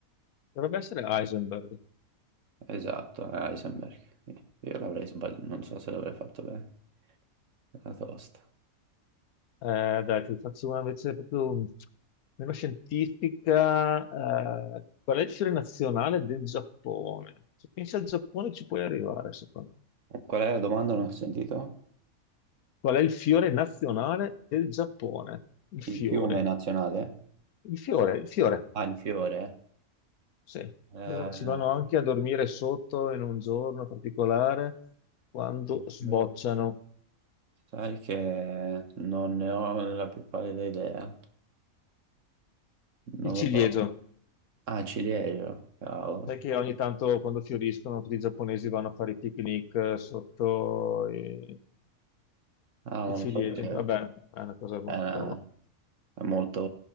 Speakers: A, on the left; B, on the right.
A: Dovrebbe essere Heisenberg.
B: Esatto, a Heisenberg. Io l'avrei sbagliato, non so se l'avrei fatto bene. Era tosta.
A: Eh, dai, ti faccio una invece proprio mm, meno scientifica. Eh, qual è il fiore nazionale del Giappone? Se pensi al Giappone ci puoi arrivare, secondo me.
B: Qual è la domanda? Non ho sentito.
A: Qual è il fiore nazionale del Giappone? Il fiore.
B: Il fiume nazionale?
A: Il fiore, il fiore.
B: Ah, il fiore.
A: Sì.
B: Eh,
A: Loro ci vanno anche a dormire sotto in un giorno particolare quando
B: il
A: sbocciano
B: fiore. Sai che non ne ho la più pallida idea. Non
A: il ciliegio.
B: lo so. Ah, ciliegio, cavolo.
A: Sai che ogni tanto quando fioriscono tutti i giapponesi vanno a fare i picnic eh, sotto i,
B: Ah, non
A: i ciliegi.
B: lo sapevo.
A: Vabbè, è una cosa un
B: Eh,
A: po'...
B: è molto,